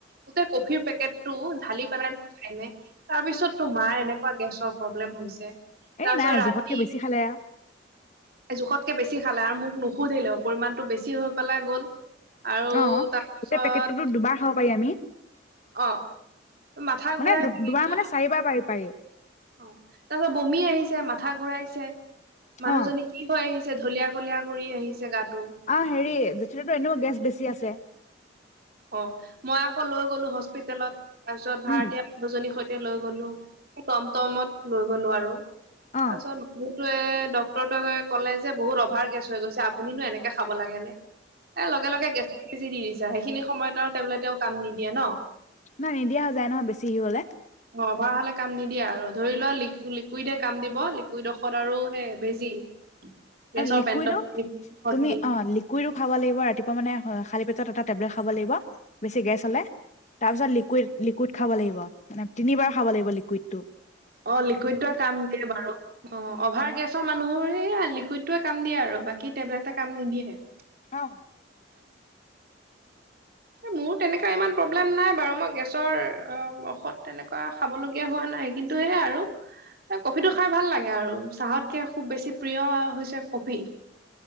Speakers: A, on the right; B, on the left.
A: গোটেই কফিৰ পেকেট ভালি তাৰ পিছত তোমাৰ এনেকুৱা গেছৰ প্ৰব্লেম হৈছে তাৰপিছত
B: এই নাই
A: ৰাতি
B: জোখতকে বেছি খালে
A: জোখতকে বেছি বেছি খালে আৰু মোক নুসুধিলেও পৰিমাণতটো বেছি হৈ পেলাই গ'ল আৰু
B: অ গোটেই
A: তাৰপিছত
B: পেকেটটোতো দুবাৰ খাব পাৰি আমি
A: অ মাথা
B: মানে
A: ঘুৰাই প
B: দুবাৰ মানে চাৰিবাৰ পাৰি পাৰি
A: অ তাৰপাছত বমি আহিছে মাথা ঘূৰাইছে মানুহজনী
B: অ
A: কি ভ আহিছে ঢলিয় কলিয় কৰি আহিছে গাত
B: আহ হেৰি জেঠিৰ এনেও গেছ বেছি আছে
A: অ মই আকৌ লৈ গলো হস্পিতেলত তাৰপিছত ভাৰতীয়
B: উম
A: মানুহজনীৰ সৈতে লৈ গলো মত লৈ গলো আৰু
B: অ
A: তাৰছত ম য়ে ডক্তৰতোয়ে ক'লে যে বহুত অভাৰ গেছ হৈ গৈছে আপুনো এনেকে খাব লাগে নে এ লগে লগে গেছত সিচি দি দিছে সেইখিনি সময়ত আৰু তেওঁলে তেওঁ কাম নিদিয়ে ন
B: নাই নিদিয়া হৈ যায় নহয় বেছি হি হলে
A: অ অভাৰ হলে কাম নিদিয়ে আৰু ধৰি লোৱা ল লিকুইডে কাম দিব লিকুইড ঔষধ আৰু হে বেজি গেছৰ
B: অ লিকুইডো
A: পেণ্টত ভৰ্তি
B: তুমি অ লিকুইডো খাব লাগিব ৰাতিপুৱা মানে খালি পা পিছত এটা টেবলেট খাব লাগিব বেছি গেছ হ'লে তাৰ পিছত লিকুইড লিকুইড খাব লাগিব মানে তিনিবাৰ খাব লাগিব লিকুইড টো
A: অ লিকুইড কাম দিয়ে বাৰু অ অভাৰ গেছৰ মানুহৰ এই লিকুইড কাম দিয়ে আৰু বাকী টেবলেটে কাম নিদিয়ে
B: অ
A: মোৰ তেনেককাা ইমান প্ৰব্লেম নাই বাৰু মই ঔষধ তেনেকুৱা খাবলগীয়া হোৱা নাই কিন্তু সেয়াই আৰু কফিটো খাই ভাল লাগে আৰু চাহতকে খুব বেছি প্ৰিয় হৈছে কফি